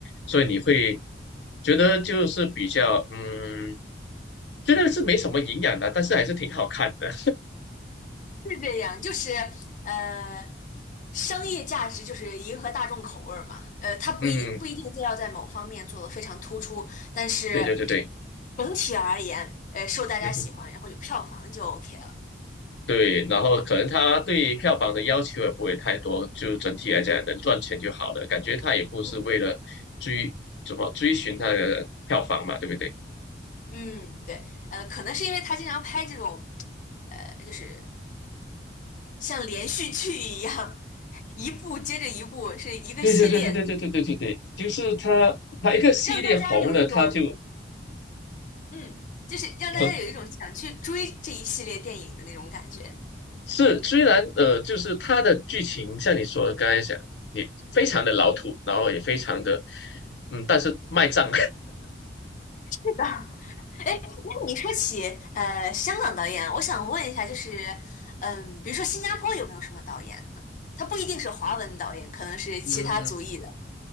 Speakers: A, on the left (about 75°); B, on the left (about 45°).
A: 所以你会觉得就是比较嗯，觉得是没什么营养的，但是还是挺好看的，
B: 是这样，就是呃，商业价值就是迎合大众口味儿嘛。呃，他不一定不一定就要在某方面做得非常突出，
A: <laughs> 嗯，
B: 但是
A: 对对对对，
B: 整体而言，呃，受大家喜欢，
A: 嗯
B: 然后有票房就 OK 了。
A: 对，然后可能他对票房的要求也不会太多，就整体来讲能赚钱就好了。感觉他也不是为了追怎么追寻他的票房嘛，
B: 嗯
A: 对不对？
B: 嗯，对，呃，可能是因为他经常拍这种，呃，就是像连续剧一样，一部接着一部，是一个系列的，
A: 对对对对对对对对对对，就是他他一个系列红了，
B: 让大家有一种
A: 他就
B: 嗯，就是让大家有一种想去追这一系列电影的那种感觉。
A: 呃是，虽然呃，就是他的剧情像你说的刚才讲，你非常的老土，然后也非常的嗯，但是卖账，
B: 是的，哎，那你说起呃香港导演，我想问一下，就是嗯，比如说新加坡有没有什么导演呢？他不一定是华文导演，可能是其他族裔的。
A: <laughs> 嗯。